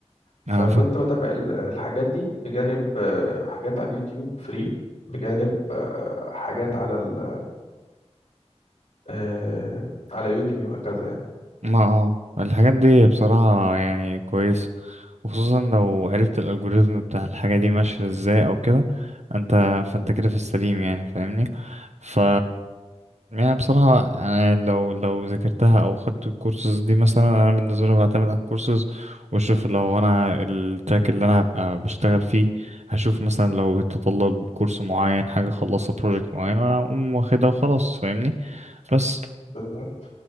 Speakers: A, on the left; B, on the right.
A: فكنت
B: انا فاهم
A: بتابع ال- الحاجات دي بجانب آه، حاجات على اليوتيوب فري بجانب آه، حاجات على ال- آه، على يوديمي وهكذا يعني
B: ما اه الحاجات دي بصراحة يعني كويسة وخصوصا لو عرفت الالجوريزم بتاع الحاجة دي ماشية ازاي او كده انت فانت كده في السليم يعني فاهمني ف يعني بصراحة أنا لو لو ذاكرتها أو خدت الكورسز دي مثلا أنا بالنسبة لي بعتمد على الكورسز وأشوف لو أنا التراك اللي أنا هبقى بشتغل فيه هشوف مثلا لو يتطلب كورس معين حاجة خلصت بروجكت معين أنا أقوم واخدها وخلاص فاهمني بس
A: بالظبط